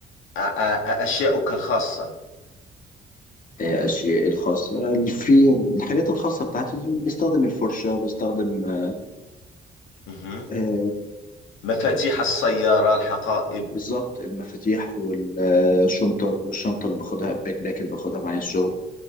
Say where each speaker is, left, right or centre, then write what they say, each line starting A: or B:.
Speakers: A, on the left; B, on the left.
A: آ- آ- آ- أشياؤك الخاصة.
B: آه، أشيائي الخاصة في الحاجات الخاصة بتاعتي بستخدم الفرشة بستخدم آه،
A: مهم.
B: آه،
A: مفاتيح السيارة، الحقائب،
B: بالظبط المفاتيح والشنطة والشنطة اللي باخدها الباك باك اللي باخدها معايا الشغل